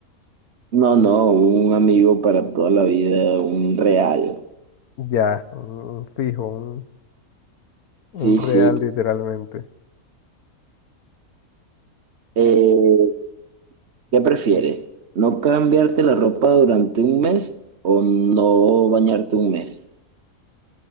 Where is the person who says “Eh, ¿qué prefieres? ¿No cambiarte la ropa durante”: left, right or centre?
Right